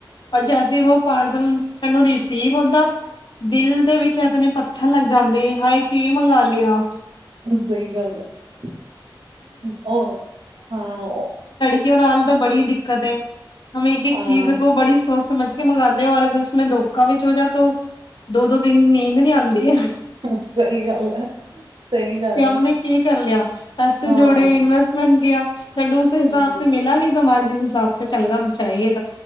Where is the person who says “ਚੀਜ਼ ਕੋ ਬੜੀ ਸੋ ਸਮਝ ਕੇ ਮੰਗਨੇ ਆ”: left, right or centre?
Left